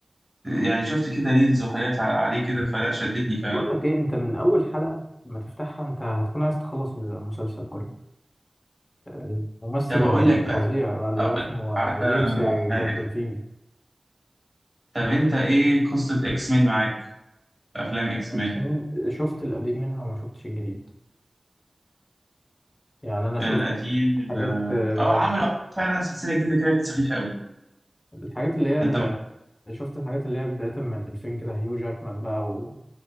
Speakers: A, in the centre; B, on the left.
A: يعني شفت كده ريلز وحاجات ع- عليه كده فلا شدتني
B: بقول
A: فعلا
B: لك ايه انت من اول حلقة ما تفتحها انت هتكون عايز تخلص المسلسل كله الممثل
A: طب
B: الفظيع
A: اقول لك بقى
B: بقى اللي
A: أقول
B: هو اسمه
A: لك
B: آه،
A: على
B: جيمس
A: حاجه
B: جاندولفيني
A: طب انت ايه قصه اكس مان معاك افلام اكس
B: اقسم
A: مان
B: شفت القديم منها وما شفتش الجديد يعني انا شفت
A: القديم ال-
B: حاجات آه،
A: اه عملوا فعلا سلسله جديده كده كانت سخيفه قوي
B: الحاجات اللي هي ال-
A: انت مع-
B: شفت الحاجات اللي هي بداية من 2000 كده هيو جاكمان بقى و...